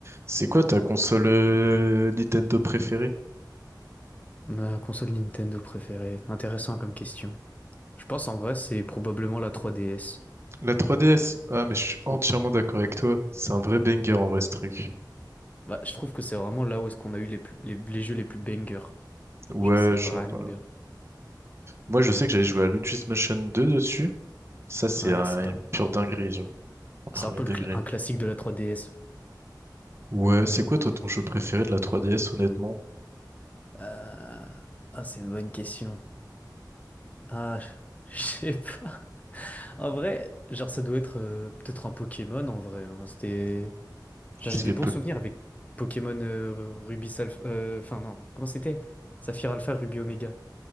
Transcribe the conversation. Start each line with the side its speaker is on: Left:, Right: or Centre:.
Right: C'est quoi ta console euh, Nintendo préférée?
Left: Ma console Nintendo préférée. Intéressant comme question. Je pense en vrai c'est probablement la 3DS.
Right: La 3DS? Ah, mais je suis entièrement
Left: Bon,
Right: d'accord avec toi. C'est un vrai banger en vrai ce truc.
Left: Bah, je trouve que c'est vraiment là où est-ce qu'on a eu les, plus- les, les jeux les plus bangers.
Right: Ouais,
Left: Genre c'est vraiment
Right: genre. euh,
Left: bien.
Right: Moi, je sais que j'avais joué à Luigi's Mansion 2 dessus. Ça, c'est
Left: Ouais,
Right: un-
Left: c'est pas...
Right: une pure dinguerie, genre. au premier
Left: C'est un peu
Right: degré.
Left: le cla- un classique de la 3DS.
Right: Ouais, c'est quoi toi ton jeu préféré de la 3DS, honnêtement?
Left: Euh, Ah, c'est une bonne question. Ah, je <laughs> je sais pas. En vrai, genre ça doit être euh, peut-être un Pokémon en vrai. hein. C'était... Genre
Right: C'est
Left: j'ai des
Right: l'époque.
Left: bons souvenirs avec Pokémon euh, Ruby Alpha... euh, Enfin non, comment c'était? Saphir Alpha, Ruby Omega.